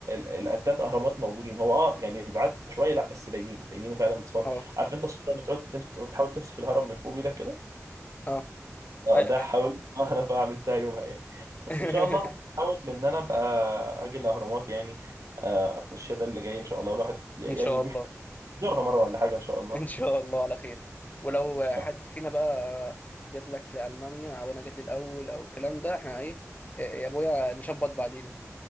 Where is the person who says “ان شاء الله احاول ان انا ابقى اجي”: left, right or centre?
Right